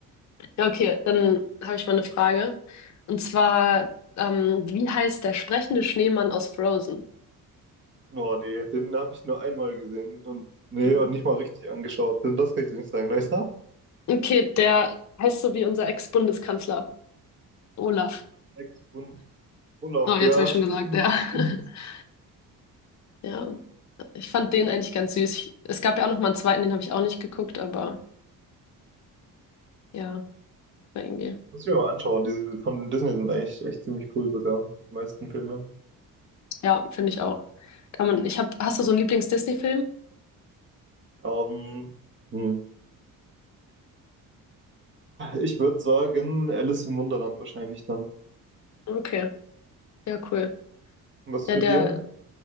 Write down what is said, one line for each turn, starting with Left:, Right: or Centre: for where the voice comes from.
Left: Ja, okay, dann habe ich mal eine Frage. Und zwar, ähm, wie heißt der sprechende Schneemann aus Frozen?
Right: Oh nee, den habe ich nur einmal gesehen und nee,
Left: Ja.
Right: und nicht mal richtig angeschaut. Denn das kann ich dir nicht sagen, leider.
Left: Okay, der heißt so wie unser Ex-Bundeskanzler Olaf.
Right: Ex-Bund. Olaf,
Left: Oh, jetzt
Right: ja,
Left: habe ich schon
Right: stimmt,
Left: gesagt, ja.
Right: stimmt.
Left: <laughs> Ja, ich fand den eigentlich ganz süß. Ich, es gab ja auch noch mal einen zweiten, den habe ich auch nicht geguckt, aber ja, war irgendwie.
Right: Muss ich mir mal anschauen. Diese von Disney sind eigentlich echt ziemlich cool sogar, die meisten Filme.
Left: Ja, finde ich auch. Kann man, ich hab, hast du so einen Lieblings-Disney-Film?
Right: Ähm, hm. Ich würde sagen, Alice im Wunderland wahrscheinlich dann.
Left: Okay, ja, cool.
Right: Und was
Left: Ja,
Right: ist mit
Left: der
Right: dir?